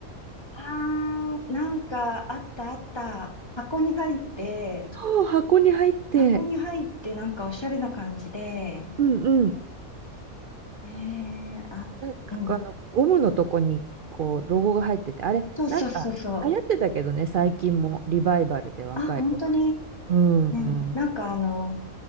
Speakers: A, on the left; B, on the right.
A: あー、なんか、あったあった。箱に入って、
B: そう、箱に入って、
A: 箱に入ってなんかおしゃれな感じで、
B: うんうん。
A: ええあ、
B: なんかあの、
A: うん。
B: ゴムのとこにこう、ロゴが入ってて、あれ、
A: そうそうそうそう。
B: なんか流行ってたけどね、最近もリバイバルで若い子のあれ。
A: あ、本当に。
B: うんうん。
A: うん。なんかあの、